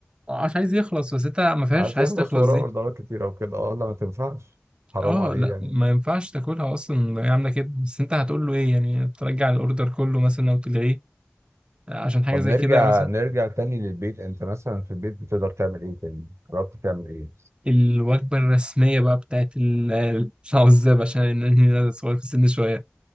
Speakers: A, on the right (about 20°); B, on the right (about 80°).
A: آه، مش عايز يخلص بس انت ما فيهاش
B: عايز
A: عايز
B: يخلص
A: تخلص
B: وراه
A: دي
B: أوردرات كتيرة وكده اه لا ما تنفعش حرام
A: اه
B: عليه
A: لا
B: يعني
A: ما ينفعش تاكلها اصلا هي عامله كده بس انت هتقول له ايه يعني ترجع الاوردر كله مثلا او تلغيه عشان حاجه
B: طب
A: زي
B: نرجع
A: كده مثلا
B: نرجع تاني للبيت انت مثلا في البيت بتقدر تعمل ايه تاني جربت تعمل ايه
A: الوجبه الرسميه بقى بتاعت ال- <laughs> العزاب عشان إن انا صغير في السن شويه